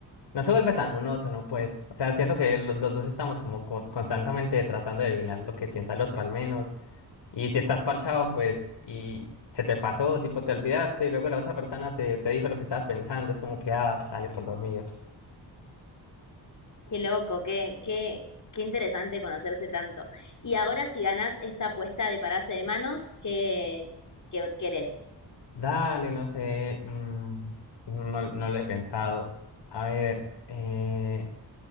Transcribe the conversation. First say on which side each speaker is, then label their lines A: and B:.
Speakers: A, on the left (about 75°); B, on the left (about 45°).
A: no se vuelve tan monótono, pues, o sea, siento que los, los dos estamos como co- constantemente tratando de adivinar lo que piensa el otro al menos, y si estás parchado, pues, y se te pasó, tipo, te olvidaste, y luego la otra persona te, te dijo lo que estabas pensando, es como que, ah, dale por dormido,
B: Qué loco, qué, qué, qué interesante conocerse tanto. Y ahora si ganás esta apuesta de pararse de manos, ¿qué, qué querés?
A: dale, no sé, mm, no, no lo he pensado, a ver, eh...